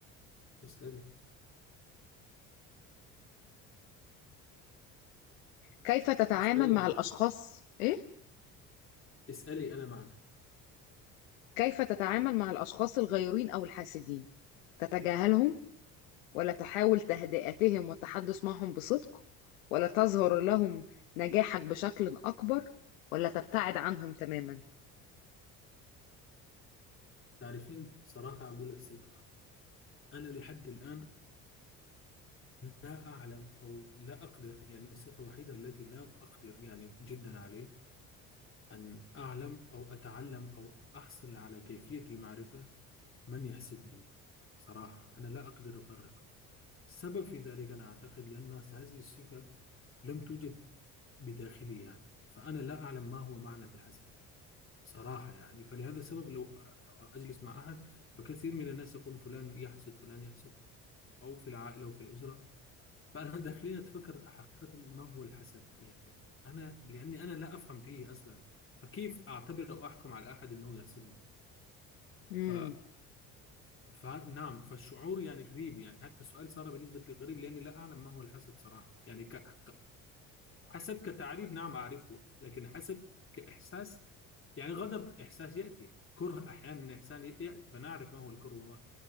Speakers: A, on the left (about 30°); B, on the left (about 85°).
A: اسألي
B: كيف تتعامل
A: اسألي
B: مع الاشخاص ايه
A: اسألي أنا معك
B: كيف تتعامل مع الأشخاص الغيورين أو الحاسدين؟ تتجاهلهم ولا تحاول تهدئتهم والتحدث معهم بصدق ولا تظهر لهم نجاحك بشكل أكبر ولا تبتعد عنهم تماما؟
A: تعرفين صراحة أقول لك صدق أنا لحد الآن لا أعلم أو لا أقدر يعني الصفة الوحيدة التي لا أقدر يعني جدا عليه أن أعلم أو أتعلم أو أحصل على كيفية المعرفة من يحسدني صراحة أنا لا أقدر أفرق السبب في ذلك أنا أعتقد لأن هذه الصفة لم توجد بداخلي يعني فأنا لا أعلم ما هو معنى الحسد صراحة يعني فلهذا السبب لو أجلس مع أحد فكثير من الناس يقولون فلان يحسد فلان يحسد أو في العائلة وفي الأسرة فأنا <laughs> داخلين أتفكر حقيقة ما هو الحسد يعني أنا لأني أنا لا أفهم فيه أصلا فكيف أعتبر أو أحكم على أحد أنه يحسدني
B: مم.
A: ف... فنعم فالشعور يعني غريب يعني حتى السؤال صار بالنسبة لي غريب لأني لا أعلم ما هو الحسد صراحة يعني ك... حسد كتعريف نعم أعرفه لكن حسد كإحساس يعني غضب إحساس يأتي كره أحيانا إحسان يأتي فنعرف ما هو الكره والمرض